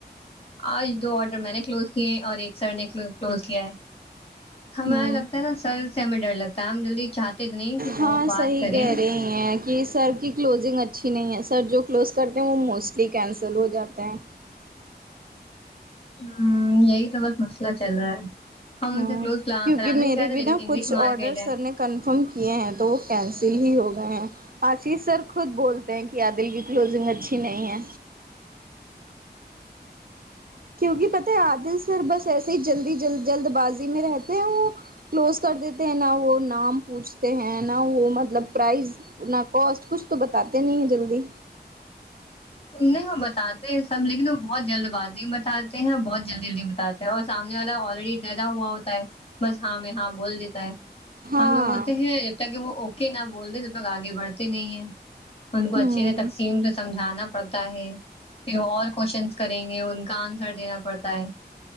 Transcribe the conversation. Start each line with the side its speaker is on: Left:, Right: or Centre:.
Left: آج دو آڈر میں نے کلوز کیے ہیں اور ایک سر نے کلوز کیا ہے ہمیں
Right: ہوں
Left: لگتا ہے نا سر سے ہمیں ڈر لگتا ہے ہم جلدی چاہتے نہیں کہ وہ
Right: ہاں صحیح
Left: بات کریں
Right: کہہ رہی کہ سر کی کلوزنگ اچھی نہیں ہے سر جو کلوز کرتے ہیں وہ موسٹلی کینسل ہو جاتے ہیں
Left: ہوں یہی تو بس مسئلہ چل رہا ہے ہم ان
Right: ہوں
Left: سے کلوز کرانا
Right: کیونکہ
Left: نہیں
Right: میرے
Left: چاہتے
Right: بھی
Left: لیکن
Right: نا
Left: انگلش
Right: کچھ
Left: مارکیٹ
Right: آڈرس
Left: ہے
Right: سر نے کنفرم کیے ہیں تو وہ کینسل ہی ہو گئے ہیں آشیش سر خود بولتے ہیں کہ عادل کی کلوزنگ اچھی نہیں ہے کیونکہ پتہ ہے عادل سر بس ایسے ہی جلدیل جلد بازی میں رہتے ہیں وہ کلوز کر دیتے ہیں نہ وہ نام پوچھتے ہیں نہ وہ مطلب پرائز نہ کوسٹ کچھ تو بتاتے نہیں ہیں جلدی
Left: نہیں وہ بتاتے ہیں سب لیکن وہ بہت جلد بازی بتاتے ہیں اور بہت جلدی جلدی بتاتے اور سامنے والا آلریڈی ڈرا ہوا ہوتا ہے بس ہاں میں ہاں بول دیتا ہے
Right: ہاں
Left: ہم لوگ ہوتے ہیں جب تک کہ وہ اوکے نہ بولتے جب تک آگے بڑھتے نہیں ہیں ان کو اچھے
Right: ہوں
Left: سے تقسیم سے سمجھانا پڑتا ہے پھر اور کوشچن کریں گے ان کا آنسر دینا پڑتا ہے